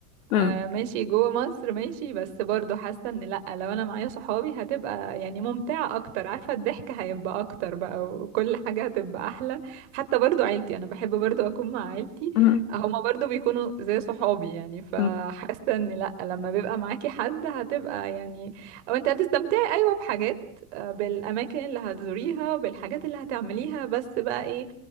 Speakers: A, on the left; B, on the right.
A: مم.
B: آه ماشي جوه مصر ماشي بس برضو حاسة ان لأ لو انا معايا صحابي هتبقى يعني ممتعة اكتر عارفة الضحك هيبقى اكتر بقى وكل حاجة هتبقى احلى حتى برضو عيلتي انا بحب برضو اكون مع عيلتي
A: مم.
B: هما برضو بيكونوا زي صحابي يعني فحاسة
A: مم.
B: ان لأ لما بيبقى معاكي حد هتبقى يعني او انت هتستمتعي ايوه بحاجات آه، بالاماكن اللي هتزوريها بالحاجات اللي هتعمليها بس بقى ايه